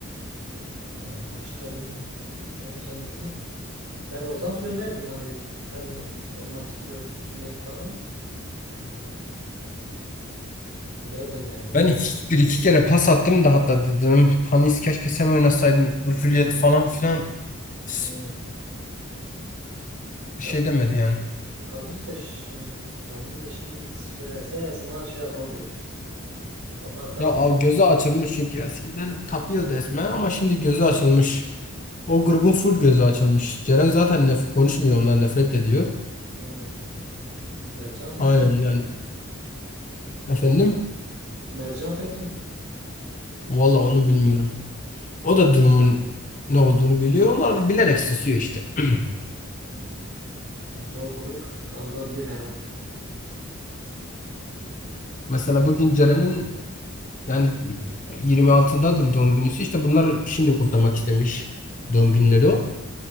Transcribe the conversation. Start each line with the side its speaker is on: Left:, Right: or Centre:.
Right: Ya ama işte bilmiyorum. Ya kendisi. Ben olsam söylerdim hani ben olmak istiyorum hürriyet falan. Derdim yani.
Left: Ben
Right: Niye
Left: iki-
Right: demiyorum.
Left: bir iki kere pas attım da hatta dedim. Panis keşke sen oynasaydın. Bu Juliet falan filan s-
Right: Hmm.
Left: bir
Right: Ya
Left: şey demedi yani.
Right: Tanrıç da şimdi Tanrıç da şimdi git söylese Esma şey yapabilir. Abartabilir.
Left: Ya a- gözü açılmış çünkü eskiden tapıyordu esme ama şimdi gözü açılmış. O grubun full gözü açılmış. Ceren zaten nef konuşmuyor ondan nefret ediyor.
Right: Hmm. Mercan peki?
Left: Aynen yani efendim
Right: Mercan peki?
Left: valla onu bilmiyorum. O da durumun ne olduğunu biliyor. Onlar da bilerek susuyor işte. <clears throat>
Right: Yani, bence o grup dağılabilir her an.
Left: Mesela bugün Ceren'in yani 26'dadır doğum günüsü. İşte bunlar şimdi kutlamak istemiş doğum günleri o.